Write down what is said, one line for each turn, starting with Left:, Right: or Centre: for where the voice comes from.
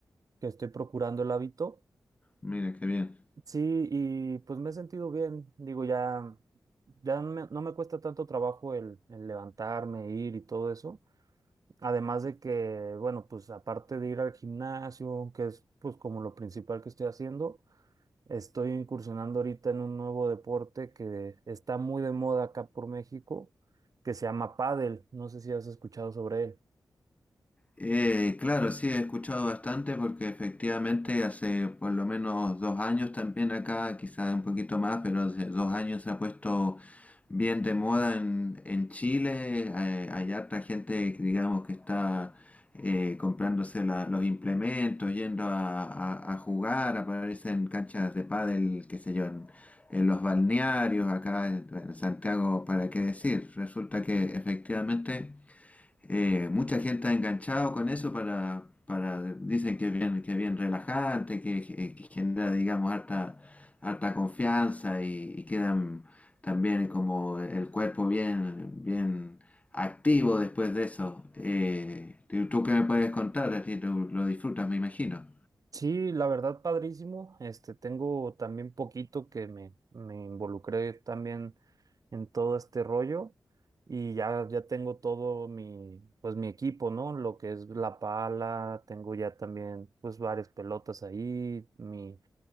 Right: que estoy procurando el hábito.
Left: Mira, qué bien.
Right: Sí, y pues me he sentido bien, digo, ya, ya no me, no me cuesta tanto trabajo el, el levantarme, ir y todo eso. Además de que, bueno, pues aparte de ir al gimnasio, que es pues como lo principal que estoy haciendo. Estoy incursionando ahorita en un nuevo deporte que está muy de moda acá por México, que se llama pádel. No sé si has escuchado sobre él.
Left: Eh, claro, sí, he escuchado bastante porque efectivamente hace por lo menos dos años también acá, quizás un poquito más, pero hace dos años se ha puesto bien de moda en, en Chile. Eh, hay harta gente, que, digamos, que está eh, comprándose la- los implementos, yendo a, a- a jugar, aparecen canchas de pádel, qué sé yo, en, en los balnearios, acá en en Santiago, ¿para qué decir? Resulta que efectivamente... Eh, mucha gente ha enganchado con eso para, para dicen que es bien, que es bien relajante, que, que- que genera, digamos, harta, harta confianza y, y quedan también como el cuerpo bien, bien activo después de eso. Eh, ¿tú tú qué me puedes contar? A ti tú lo disfrutas, me imagino.
Right: Sí, la verdad, padrísimo. Este, tengo también poquito que me, me involucré también en todo este rollo y ya, ya tengo todo mi, pues mi equipo, ¿no? Lo que es la pala, tengo ya también pues varias pelotas ahí, mi,